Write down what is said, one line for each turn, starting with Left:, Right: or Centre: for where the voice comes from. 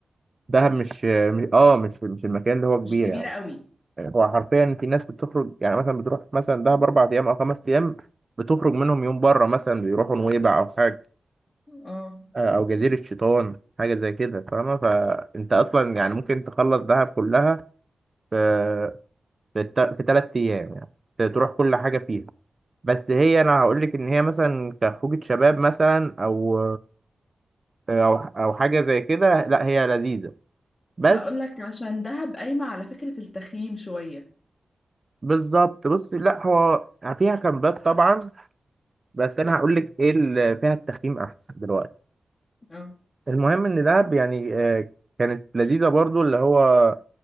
Right: دهب مش مش- اه مش مش المكان اللي هو كبير
Left: مش كبيرة
Right: يعني
Left: قوي
Right: هو حرفيا في ناس بتخرج يعني مثلا بتروح مثلا دهب اربع ايام او خمس ايام بتخرج منهم يوم بره مثلا بيروحوا نويبع او حاجه
Left: اه
Right: آه، او جزيره شيطان حاجه زي كده فاهمه فانت اصلا يعني ممكن تخلص دهب كلها في في ثلاث ايام يعني تروح كل حاجه فيها بس هي انا هقول لك ان هي مثلا كخروجة شباب مثلا او او او حاجه زي كده لا هي لذيذه بس
Left: هقول لك عشان دهب قايمة على فكرة التخييم شوية
Right: بالظبط بص لا هو فيها كامبات طبعا بس انا هقول لك ايه اللي فيها التخييم احسن دلوقتي
Left: اه
Right: المهم ان دهب يعني آه، كانت لذيذه برضو اللي هو